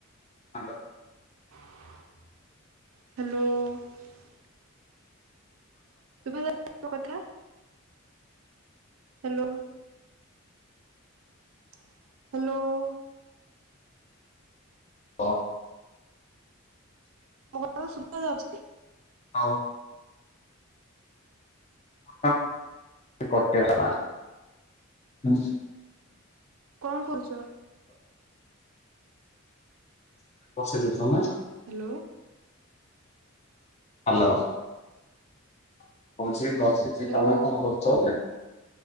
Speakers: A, on the left; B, on the right.
A: <unintelligible>
B: <inaudible> ହାଲୋ-ଓ। ଶୁଭା ଯାଉଚି ନା ମୋ କଥା? <inaudible> ହାଲୋ। <inaudible> <inaudible> ହଲୋ-ଓ।
A: କ।
B: ମୋ କଥା <unintelligible> ସୁବା ଯାଉଛି?
A: ଆଉ। <unintelligible> <inaudible> <unintelligible>
B: କଅ କରୁଚ?
A: ବସେତେ ଯାଉନା?
B: ହାଲୋ।
A: ହାଲୋ, <inaudible> କୋହୁଛି ବସିଛି,
B: ହ୍ୟାଲୋ
A: ତମେ କଣ କରୁଛ?